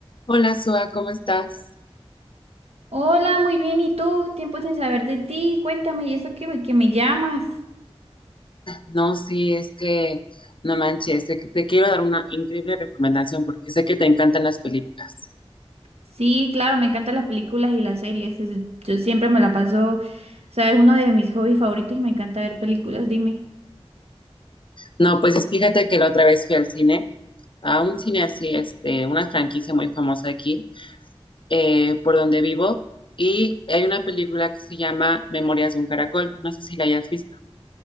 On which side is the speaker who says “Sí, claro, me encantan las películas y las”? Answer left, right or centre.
Right